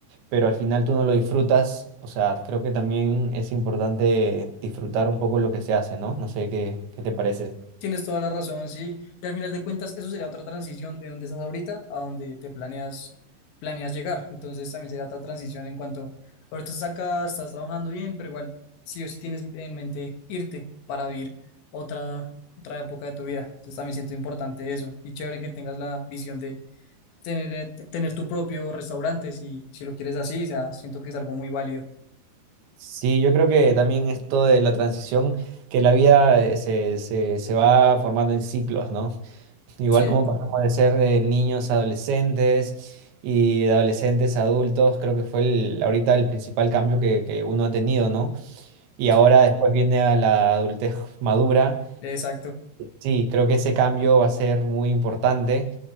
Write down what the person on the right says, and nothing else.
pero al final tú no lo disfrutas. O sea, creo que también es importante disfrutar un poco lo que se hace, ¿no? No sé qué, qué te parece.
Sí, yo creo que también esto de la transición, que la vida eh, se, se, se va formando en ciclos, ¿no? <laughs> Igual
como pasamos de ser de niños a adolescentes y de adolescentes a adultos, creo que fue el, ahorita el principal cambio que, que uno ha tenido, ¿no? Y
ahora después viene a la adultez madura
Sí, creo que ese cambio va a ser muy importante.